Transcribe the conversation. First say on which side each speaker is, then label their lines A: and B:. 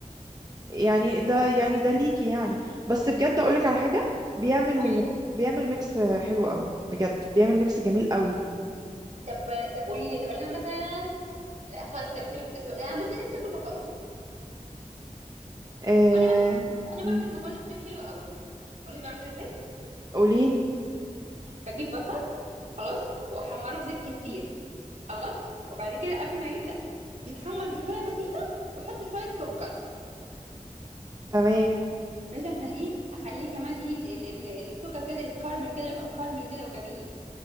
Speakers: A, on the right (about 25°); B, on the right (about 60°).
A: يعني ده يعني ده ليكي يعني بس بجد اقولك على حاجة بيعمل
B: قولي
A: بيعمل ميكس حلو قوي بجد بيعمل ميكس جميل قوي
B: طب طب قولي لي طب انا مثلا لا خلاص طب سيبك ده طب انا بصي نفسي اكل مكرونه
A: آه...
B: وانا بعمل انا بعمل
A: مم.
B: المكرونه في البيت حلوه قوي اقول لك بعملها ازاي
A: قوليلي
B: بجيب بصل خلاص واحمره في زيت كتير خلاص وبعد كده قبل ما يبدا يتحمر بشويه بسيطه بحط شويه سكر
A: تمام
B: مش عشان ايه اخليه كمان ايه ال- ال- ال- السكر كده يتكرمل كده يبقى مكرمل كده وجميل